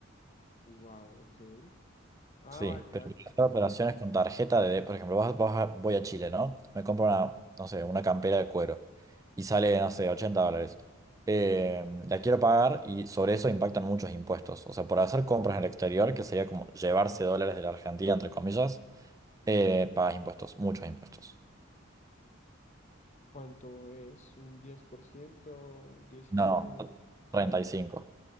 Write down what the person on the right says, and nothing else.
Sí,
pero
quiero
hacer operaciones con tarjeta de, por ejemplo, vas- vas a- voy a Chile, ¿no? Me compro una, no sé, una campera de cuero y sale, no sé, 80 dólares. Eh, la quiero pagar y sobre eso impactan muchos impuestos. O sea, por hacer compras en el exterior, que sería como llevarse dólares de la Argentina, entre comillas, eh, pagas impuestos, muchos impuestos.
No, 35.